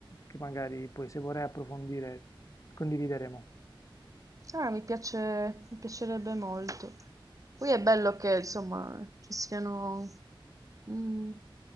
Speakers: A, on the left; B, on the right.
A: che magari poi se vorrai approfondire condivideremo.
B: ah, mi piace, mi piacerebbe molto. Poi è bello che, insomma, ci siano mm,